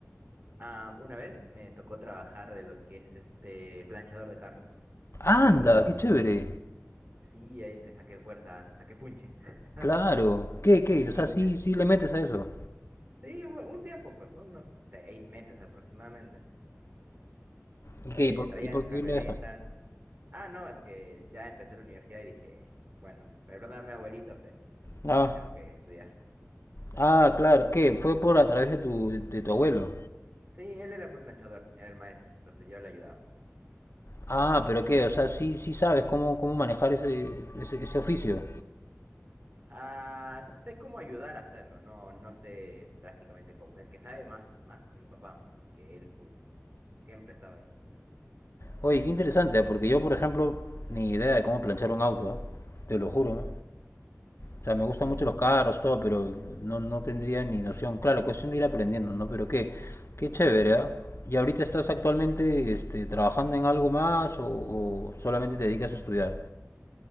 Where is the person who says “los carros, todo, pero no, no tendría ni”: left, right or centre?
Left